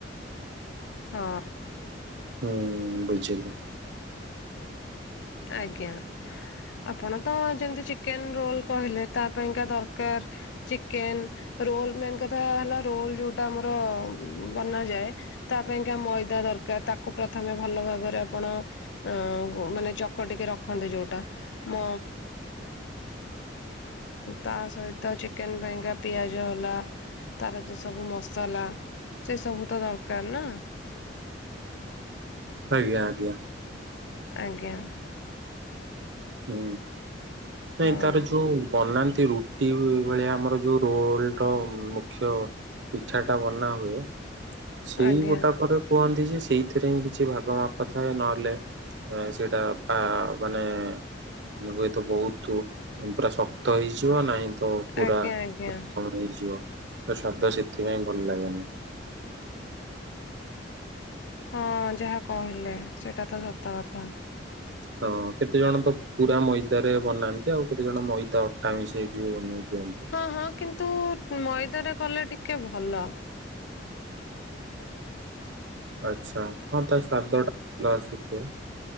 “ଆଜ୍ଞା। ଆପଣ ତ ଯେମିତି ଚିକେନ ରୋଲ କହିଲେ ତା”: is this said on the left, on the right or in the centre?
Left